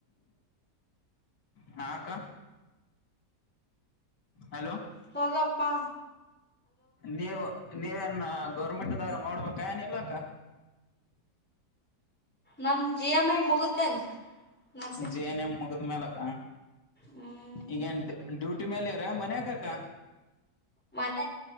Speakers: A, on the left; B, in the centre.
A: ಹ ಹಾಕ್ಕ ಹಲೋ
B: ಚಲಪ್ಪಾ
A: ನೀವು ನೀವೇನ್ ಗೌರ್ಮೆಂಟ್ದಾಗ ನೋಡ್ಬೇಕ ಏನ ಇಲ್ಲಾಕ್ಕ
B: ನಮ್ದ ಜಿ ಎಮಿ ಮುಗಿದ್ಮ್ಯಾಗ ನರ್ಸಿಂಗ್
A: ಜೆ ಎನ್ ಮ ಮುಗಿದ ಮೇಲಕ್ಕ
B: ಹ್ಮ್
A: ಈಗನ್ ಡ್ಯೂಟಿ ಟ ಮೇಲೆ ಇರ ಮನಬೇಕಕ್ಕಾ
B: ಮನ